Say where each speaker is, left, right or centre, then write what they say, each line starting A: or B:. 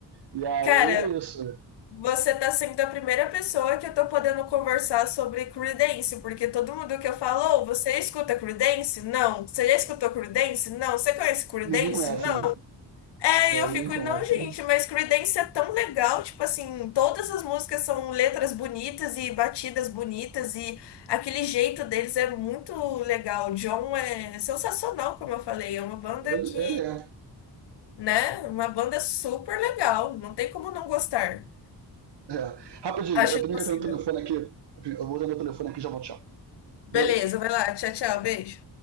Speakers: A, on the right (about 80°); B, on the left (about 85°).
A: E aí
B: Cara,
A: é isso.
B: você tá sendo a primeira pessoa que eu tô podendo conversar sobre Creedence, porque todo mundo que eu falo, "Oh, você escuta Creedence? Não. Você já escutou Creedence? Não. Você conhece Creedence?
A: Ninguém conhece,
B: Não.
A: né?
B: É,
A: É,
B: e eu
A: ninguém
B: fico,
A: conhece.
B: não, gente, mas Creedence é tão legal, tipo assim, todas as músicas são letras bonitas e batidas bonitas e aquele jeito deles é muito legal. O John é sensacional, como eu falei, é uma banda
A: Ele,
B: que,
A: ele é.
B: né, uma banda super legal, não tem como não gostar.
A: é. Rapidinho,
B: Acho
A: eu tenho
B: impossível.
A: que atender o telefone aqui. Eu vou atender o telefone aqui e já volto, tchau.
B: Beleza,
A: Beijo.
B: vai lá, tchau, tchau, beijo.